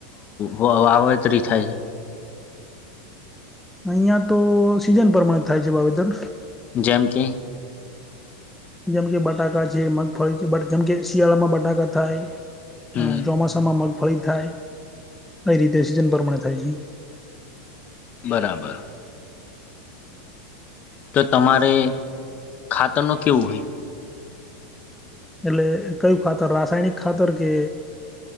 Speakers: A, on the left; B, in the centre.
A: વાવેતરી થાય છે?
B: અહિયાં તો સીઝન પ્રમાણે થાય છે વાવેતર.
A: જેમ કે?
B: જેમકે બટાકા છે, મગફળી જેમ કે, શિયાળામાં બટાકા થાય.
A: હમ
B: હા, ચોમાસામાં મગફળી થાય, કઈ રીતે સિઝન પ્રમાણે થાય છે?
A: બરાબર. તો તમારે ખાતરનું કેવું હોય?
B: એટલે કયું ખાતર, રાસાયણિક ખાતર કે?